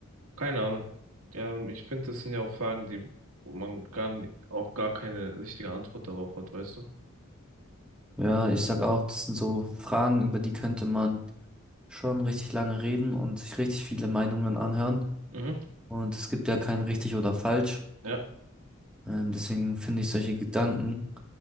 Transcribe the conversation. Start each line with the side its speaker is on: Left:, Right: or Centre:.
Right: Keine Ahnung. Ähm, ich finde, das sind ja auch Fragen, die, wo man gar nicht, auch gar keine richtige Antwort darauf hat, weißt du?
Centre: Ja, ich sag auch, das sind so Fragen, über die könnte man schon richtig lange reden und sich richtig viele Meinungen anhören.
Right: Mhm.
Centre: Und es gibt ja kein richtig oder falsch.
Right: Ja.
Centre: Ähm, deswegen finde ich solche Gedanken